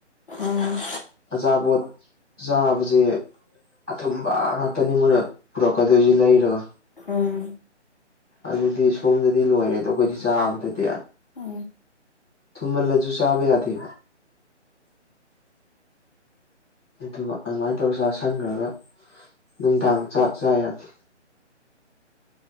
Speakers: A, on the left; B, in the centre.
A: ꯎꯝ
B: ꯑꯆꯥꯄꯣꯠ ꯆꯥꯕꯁꯦ ꯑꯊꯨꯝꯕ ꯉꯥꯛꯇꯅꯤ ꯃꯣꯏꯅ ꯄꯨꯔꯀꯗꯧꯖꯤ ꯂꯔꯒ
A: ꯎꯝ
B: ꯑꯗꯨꯗꯤ ꯁꯣꯝꯗꯗꯤ ꯂꯣꯏꯔꯦ ꯑꯗꯣ ꯑꯩꯈꯣꯏꯗꯤ ꯆꯥꯕꯗꯗꯤ
A: ꯑ
B: ꯊꯨꯝꯍꯜꯂꯁꯨ ꯆꯥꯕ ꯌꯥꯗꯦ ꯑꯗꯨꯒ ꯑꯗꯨꯃꯥꯏꯅ ꯇꯧꯔ ꯆ ꯁꯟꯈ꯭ꯔꯒ ꯅꯨꯡꯗꯥꯡ ꯆꯥꯛ ꯆꯥ ꯌꯥꯗꯦ